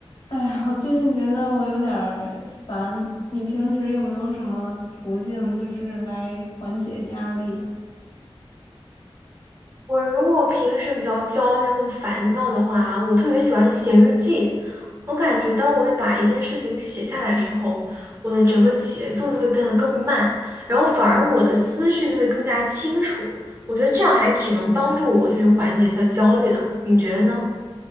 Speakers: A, on the left; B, on the right.
A: 哎，我最近觉得我有点儿烦，你平时有没有什么途径就是来缓解压力呀
B: 我如果平时比较焦虑或烦躁的话，我特别喜欢写日记。我感觉当我把一件事情写下来的时候，我的整个节奏就会变得更慢，然后反而我的思绪就会更加清楚。我觉得这样还挺能帮助我，就是缓解一下焦虑的。你觉得呢？